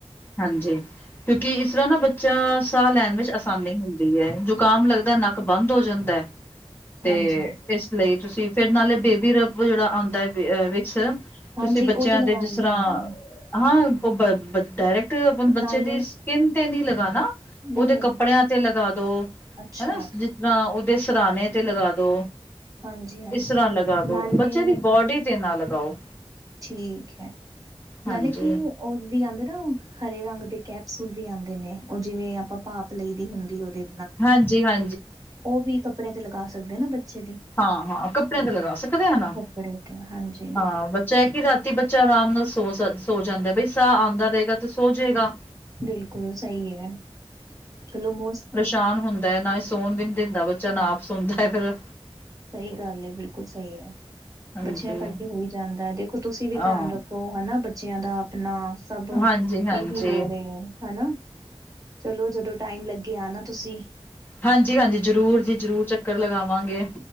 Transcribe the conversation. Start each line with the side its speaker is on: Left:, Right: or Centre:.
Left: ਹਾਂਜੀ ਕਿਉਂਕਿ ਇਸ ਤਰ੍ਹਾਂ ਨਾ ਬੱਚਾ ਸਾਹ ਲੈਣ ਵਿੱਚ ਆਸਾਨੀ ਹੁੰਦੀ ਏ ਜੋ ਜ਼ੁਕਾਮ ਲੱਗਦਾ ਨੱਕ ਬੰਦ ਹੋ ਜਾਂਦਾਐ ਤੇ
Right: ਹਾਂਜੀ
Left: ਇਸ ਲਈ ਤੁਸੀ ਫਿਰ ਨਾਲੇ ਬੇਬੀ ਰੱਬ ਜੇੜਾ ਆਂਦਾ ਵਿਕਸ
Right: ਹਾਂਜੀ
Left: ਤੁਸੀ ਬੱਚਿਆਂ
Right: ਉਹ ਤੇ ਲਗਾਉਂਦੇ
Left: ਦੇ ਜਿਸ ਰ੍ਹਾਂ
Right: ਆ
Left: ਹਾਂ ਉਹ ਡਾਇਰੈਕਟ ਬੱਚੇ
Right: ਨਾਲੇ
Left: ਦੀ ਸਕਿੰਨ ਤੇ ਨੀ ਲਗਾਣਾ।
Right: ਨਹੀਂ
Left: ਉਦੇ
Right: ਨਹੀਂ
Left: ਕੱਪੜਿਆਂ ਤੇ ਲਗਾ ਦੋ
Right: ਅੱਛਾ
Left: ਹਨਾ ਜ ਰਾਜ ਓਦੇ ਸਰਣੇ ਤੇ ਲਗਾ ਦੋ
Right: ਹਾਂਜੀ ਹਾਂਜੀ
Left: ਇਸਰਾ ਲਗਾ ਦੋ
Right: ਨਾਲੇ
Left: ਬੱਚੇ ਦੀ ਬੋਡੀ ਤੇ ਨਾ ਲਗਾਓ।
Right: ਠੀਕ ਐ
Left: ਹਾਂਜੀ
Right: ਨਾਲੇ ਕੀ ਉਹ ਵੀ ਆਦੇ ਨਾ ਹਰੇ ਰੰਗ ਦੇ ਕੈਪਸੂਲ ਵੀ ਆਦੇ ਨੇ ਉਹ ਜਿਵੇਂ ਆਪਾਂ ਭਾਪ ਲਈ ਦੀ ਹੁੰਦੀ ਉ--ਦੇ
Left: ਹਾਂਜੀ ਹਾਂ
Right: ਓ ਵੀ ਕੱਪੜਿਆਂ ਤੇ ਲਗਾ ਸਕਦੇ ਨਾ ਬੱਚੇ ਦੀ।
Left: ਹਾਂ-ਹਾਂ ਕੱਪੜਿਆਂ ਤੇ ਲਗਾ ਸਕਦੇ ਆ ਨਾ
Right: ਕੱਪੜੇ ਤੇ ਹਾਂਜੀ
Left: ਹਾ ਚੈ ਕਿ ਰਾਤੀ ਬੱਚਾ ਨਾਲ ਸੋ, ਸੋ ਜਾਂਦਾ ਬਈ ਸਾਅ ਆਂਦਾ ਰਏਗਾ ਤੇ ਸੋ ਜੇਗਾ।
Right: ਬਿਲਕੁਲ ਸਈ ਐ ਚਲੋ ਮੌਸਮ
Left: ਸ਼ਾਨ ਹੁੰਦਾ ਨਾ ਹੀ ਸੋਣ ਵੀ ਨੀ ਦਿੰਦਾ ਬੱਚਾ ਨਾ ਆਪ ਸੋੰਦਾ ਫੇਰ।
Right: ਸਈ ਗੱਲ ਏ ਬਿਲਕੁਲ ਸਈ ਐ
Left: ਹਾਂਜੀ
Right: ਬੱਚਿਆਂ ਕਰਕੇ ਹੋ ਹੀ ਜਾਂਦਾ ਦੇਖੋ ਤੁਸੀਂ ਵੀ
Left: ਹਾਂ
Right: ਧਿਆਨ ਰੱਖ ਓ ਹਨਾ ਬੱਚਿਆਂ ਦਾ ਆਪਣਾ ਸਭ
Left: ਹਾਂਜੀ ਹਾਂਜੀ
Right: ਏਹੀ ਲੋੜ ਏ ਹਨਾ। ਚਲੋ ਜਦੋਂ ਟਾਈਮ ਲੱਗੇ ਆਨਾ ਤੁਸੀਂ।
Left: ਹਾਂਜੀ-ਹਾਂਜੀ ਜ਼ਰੂਰ ਜੀ ਜ਼ਰੂਰ ਚੱਕਰ ਲਗਾਵਾਂਗੇ।